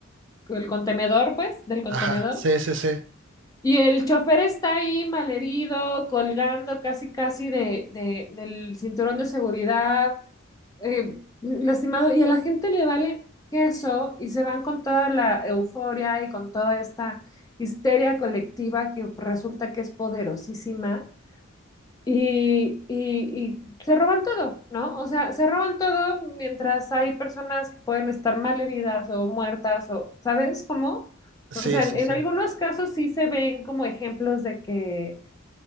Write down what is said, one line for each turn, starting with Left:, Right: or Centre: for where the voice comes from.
Left: El contenedor, pues, del contenedor
Right: ajá, sí, sí, sí,
Left: Y el chofer está ahí malherido, colgando casi casi de, de- del cinturón de seguridad, eh, lastimado, y a la gente le vale queso y se van con toda la euforia y con toda esta histeria colectiva que resulta que es poderosísima y, y y se roban todo, ¿no? O sea, se roban todo mientras hay personas que pueden estar mal heridas o muertas o, ¿sabes cómo?
Right: sí,
Left: O sea,
Right: sí,
Left: en, en
Right: sí.
Left: algunos casos sí se ven como ejemplos de que,